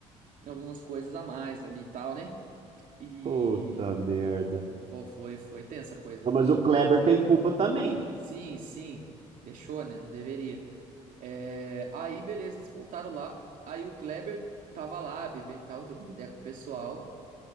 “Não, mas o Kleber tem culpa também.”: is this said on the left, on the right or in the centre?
Right